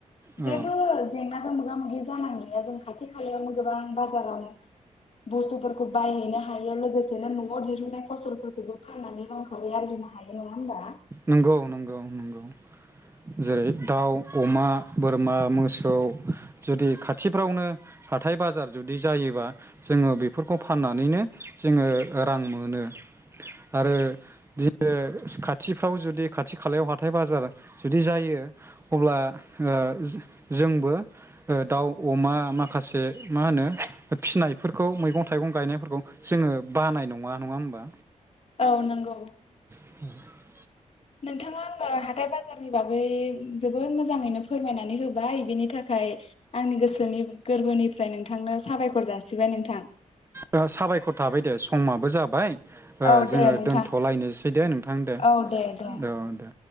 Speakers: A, on the right; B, on the left.
A: औ
B: जेबो जेंनाजों मोगा मोगि जानांया जों खाथि खालायावनो गोबां बाजाराव बुस्थुफोरखौ बायहैनो हायो लोगोसेनो न'आव दिहुननाय फसलफोरखौबो फाननानै रांखावरि आरजिनो हायो नङा होमबा
A: नंगौ नंगौ नंगौ जेरै दाउ अमा बोरमा मोसौ जुदि खाथिफ्रावनो हाथाय बाजार जुदि जायोबा जोङो बेफोरखौ फाननानैनो जोङो रां मोनो आरो ओ इसे खा थिफ्राव जुदि खाथि खालायाव हाथाय बाजार जुदि जायो अब्ला ओ जोंबो ओ दाउ अमा माखासे मा होनो फिसिनायफोरखौ मैगं थाइगं गायनायफोरखौ जोङो बानाय नङा नङा होमबा?
B: औ नंगौ
A: <inaudible>
B: नोंथाङा आंनो हाथाइ बाजारनि बागै जोबोर मोजाङैनो फोरमायनानै होबाय बिनि थाखाय आंनि गोसोनि गोरबोनिफ्राय नोंथांनो साबायखर जासिबाय नोंथां।
A: सा-साबायखर थाबाय दे समाबो जाबाय ओ
B: औ
A: जोङो
B: दे नोंथां
A: दोनथ'लायनोसै दे नोंथां दे
B: औ दे।
A: औ दे।